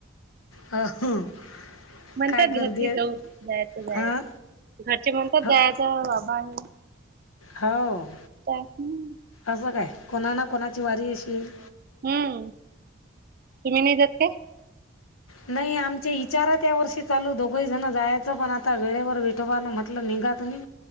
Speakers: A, on the left; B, on the right.
A: अ हं.
B: म्हणतात
A: काय गर्दी
B: घ्याचे
A: आहे
B: जाऊ, जायचं जायचं.
A: आ
B: घरचे म्हणातात,
A: ह
B: जायचं बाहेर.
A: हो,
B: हम्म
A: असं काय. कोणा ना कोणाची वारी अशील.
B: हम्म तुम्ही नाही जात काय
A: नाही आमचे इचारा त्या वर्षी चालू दोघही जण जायचं पण आता वेळेवर वेट तोवा न म्हंटलं निगा तुम्ही